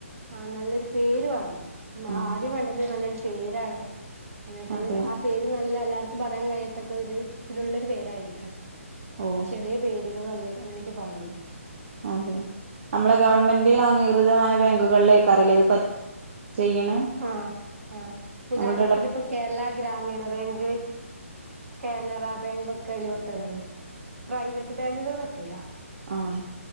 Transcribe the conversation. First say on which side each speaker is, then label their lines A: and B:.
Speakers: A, on the right (about 70°); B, on the right (about 50°).
A: ആ നല്ലൊരു പേര് വേണം.
B: ആഹ്
A: ആദ്യം വേണ്ടത് നല്ലൊരു പേരാണ് എന്നിട്ട്
B: അതെ
A: ആ പേര് നല്ല എല്ലാവർക്കും പറയാൻ കഴിയാത്തക്കെ വിധത്തിലുള്ളൊരു പേരായിരിക്കണം.
B: ഓഹ്
A: ചെറിയ പേരുകൾ വല്ല അങ്ങനെയൊക്കെ പാടുള്ളൂ.
B: അതെ നമ്മളെ ഗവൺമെന്റി
A: ഉം
B: അംഗീകൃതമായ ബാങ്കുകളിൽലെകരം അല്ലേ ഇത്. ചെയ്യണെ
A: ആഹ ആഹ് ഉദാഹരണത്തിന്
B: നമ്മളുടെ ഇട
A: ഇപ്പം. കേരള ഗ്രാമീണ ബാങ്ക്. കാനറ ബാങ്ക്. ഒക്കെ അതില് പെട്ടതാണ്. പ്രൈവറ്റ് ബാങ്കുകൾ പറ്റൂല.
B: ആഹ